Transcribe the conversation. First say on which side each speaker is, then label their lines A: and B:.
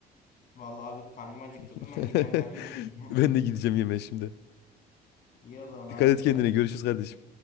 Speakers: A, on the left; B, on the left.
A: vallahi abi karnımı acıktırdım.
B: <laughs>
A: Ben gidiyorum galiba yemek yiyeceğim.
B: Ben de gideceğim yemeğe şimdi.
A: <laughs> İyi o zaman abi
B: Dikkat et
A: dikkat
B: kendine.
A: et.
B: Görüşürüz kardeşim.